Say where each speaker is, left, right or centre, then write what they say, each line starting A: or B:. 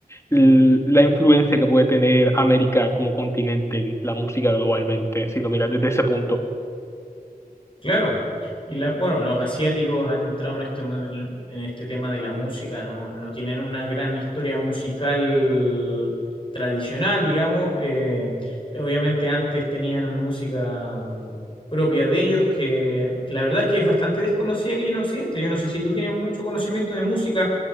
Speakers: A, on the left (about 15°); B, on the left (about 35°).
A: l- la influencia que puede tener América como continente en la música globalmente, si lo miras desde ese punto.
B: Claro, y la, bueno, los asiáticos han entrado en este, mo- en este tema de la música, no, no tienen una gran historia musical tradicional, digamos. eh, obviamente antes tenían música mm, propia de ellos, que, que la verdad es que es bastante desconocida aquí en Occidente. Yo no sé si tú tienes mucho conocimiento de música